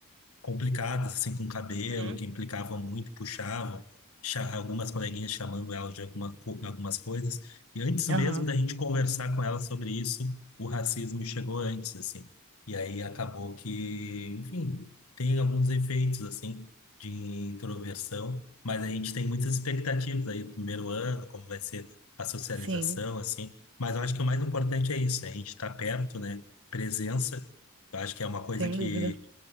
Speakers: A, on the left; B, on the right.
A: complicadas, assim, com cabelo,
B: uhum,
A: que implicavam muito, puxavam, cha- algumas coleguinhas chamando ela de alguma, co- algumas coisas. E antes mesmo
B: aham,
A: da gente conversar com ela sobre isso, o racismo chegou antes, assim. E aí acabou que, enfim, tem alguns efeitos, assim, de introversão, mas a gente tem muitas expectativas aí do primeiro ano, como vai ser a socialização,
B: sim,
A: assim. Mas eu acho que o mais importante é isso, é a gente estar perto, né? Presença. Eu acho que é uma coisa
B: sem
A: que
B: dúvida.